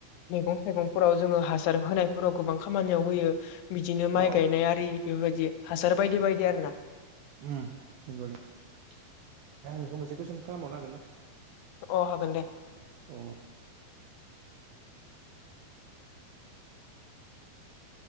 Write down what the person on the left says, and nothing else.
मैगं-थाइगंफोराव जोङो हासार होनायफोराव गोबां खामानियाव होयो बिदिनो माइ
गायनाय आरि बेफोरबायदि हासार बायदि बायदि आरोना
अ हागोन दे